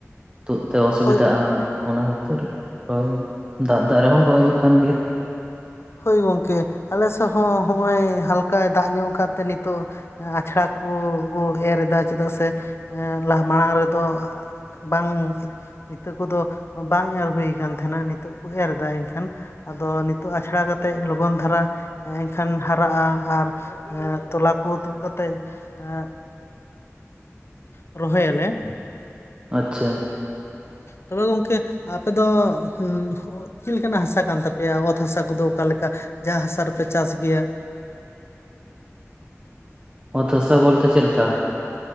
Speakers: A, on the right (about 20°); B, on the left (about 55°).
A: ᱛᱩᱫ ᱛᱮ ᱚᱥᱩᱵᱤᱫᱟᱜᱼᱟ,
B: ᱦᱳᱭ
A: ᱚᱱᱟ ᱠᱷᱟᱹᱛᱤᱨ ᱳᱭ ᱫᱟᱜ ᱫᱟᱜ ᱨᱮᱦᱚᱸ ᱨᱚᱦᱚᱭ ᱦᱩᱭᱩᱜ ᱠᱟᱱ ᱜᱮᱭᱟ᱾
B: ᱦᱳᱭ ᱜᱚᱝᱠᱮ ᱟᱞᱮ ᱥᱮᱫ ᱦᱚᱸ ᱦᱚᱸᱜᱼᱚᱭ ᱦᱟᱞᱠᱟᱭ ᱫᱟᱜ ᱧᱚᱜ ᱟᱠᱟᱫ ᱛᱮ ᱱᱤᱛᱚᱜ, ᱟᱪᱷᱲᱟ ᱠᱚ ᱮᱨ ᱮᱫᱟ ᱪᱮᱫᱟᱜ ᱥᱮ ᱞᱟᱦᱟ ᱢᱟᱲᱟᱝ ᱨᱮᱫᱚ ᱵᱟᱝ ᱤᱛᱟᱹ ᱠᱚᱫᱚ ᱵᱟᱝ ᱮᱨ ᱦᱩᱭ ᱠᱟᱱ ᱛᱟᱦᱮᱱᱟ, ᱱᱤᱛᱳᱜ ᱠᱚ ᱮᱨᱫᱟ ᱮᱱᱠᱷᱟ᱾ ᱮᱠᱷᱟᱱ ᱟᱫᱚ ᱱᱤᱛᱚᱜ ᱟᱪᱷᱲᱟ ᱠᱟᱛᱮᱫ ᱞᱚᱜᱚᱱ ᱫᱷᱟᱨᱟ ᱮᱱᱠᱷᱟᱱ ᱦᱟᱨᱟᱜᱼᱟ ᱟᱨ ᱮᱸ ᱛᱚᱞᱟ ᱠᱚ ᱛᱩᱫ ᱠᱟᱛᱮᱜ, ᱮᱸ ᱨᱚᱦᱚᱭ ᱟᱞᱮ
A: ᱟᱪᱪᱷᱟ,
B: ᱛᱚᱵᱮ ᱜᱚᱝᱠᱮ ᱟᱯᱮ ᱫᱚ <unintelligible> ᱪᱮᱫ ᱞᱮᱠᱟᱱᱟᱜ ᱦᱟᱥᱟ ᱠᱟᱱ ᱛᱟᱯᱮᱭᱟ? ᱚᱛ ᱦᱟᱥᱟ ᱠᱚᱫᱚ ᱚᱠᱟᱞᱮᱠᱟ ᱡᱟᱦᱟ ᱦᱟᱥᱟ ᱨᱮᱯᱮ ᱪᱟᱥ ᱜᱮᱭᱟ᱾
A: ᱚᱛ ᱦᱟᱥᱟ ᱵᱚᱞᱛᱮ ᱪᱮᱫ ᱞᱮᱠᱟ?